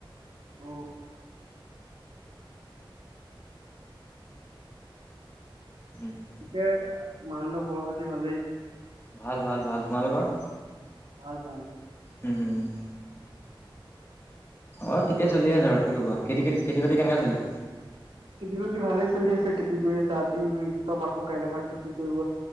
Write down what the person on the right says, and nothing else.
অ।
তে মাহঁতৰ খবৰ-খাতি ভালেই?
ভাল, ভাল।
খেতি-বাতি ভালে চলি আছে। খেতি কৰি আছো, আজি ইষ্টপ আকৌ কাইলৈ পা খেতি কৰিব।